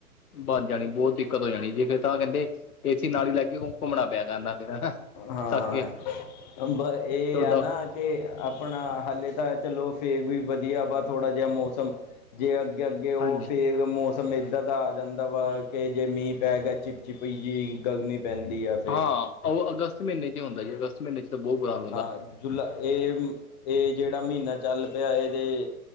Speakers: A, on the left; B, on the left.
A: ਵੱਧ ਜਾਣੀ ਆ ਬਹੁਤ ਦਿੱਕਤ ਹੋ ਜਾਣੀ ਏ ਜੇ ਫਿਰ ਤਾਂ ਕਹਿੰਦੇ ਏਸੀ ਨਾਲ ਹੀ ਲੈ ਕੇ ਘੁੰਮਣਾ ਪਿਆ ਕਰਨਾ ਫੇਰ ਹਨਾ।
B: ਹਾਂ,
A: ਚੱਕ ਕੇ
B: ਬਹ ਇਹ
A: ਤੁਰਦਾ
B: ਆ ਨਾ।
A: ਫਿਰ।
B: ਤੇ ਆਪਣਾ ਹਾਲੇ, ਤਾਂ ਚਲੋ ਫੇਰ ਵੀ ਵਧੀਆ ਵਾ ਥੋੜ੍ਹਾ ਜਿਹਾ ਮੌਸਮ। ਜੇ ਅੱਗੇ -ਅੱਗੇ ਉਹ
A: ਹਾਂਜੀ
B: ਫਿਰ ਮੌਸਮ ਇੱਦਾਂ ਦਾ ਆ ਜਾਂਦਾ ਵਾ ਕਿ ਜੇ ਮੀਂਹ ਪੈ ਗਿਆ, ਚਿੱਪ ਚੀਪੀ ਜਿਹੀ ਗਰਮੀ ਪੈਂਦੀ ਆ ਫਿਰ।
A: ਹਾਂ ਉਹ ਅਗਸਤ ਮਹੀਨੇ ਚ ਹੁੰਦਾ ਜੀ, ਅਗਸਤ ਮਹੀਨੇ ਚ। ਤੇ ਬਹੁਤ ਬੁਹਾ ਹਾਲ਼।
B: ਹਾਂ ਜੁਲਾ, ਇਹ ਮ ਇਹ ਜਿਹੜਾ ਮਹੀਨਾ ਚੱਲ ਪਿਆ, ਇਹਦੇ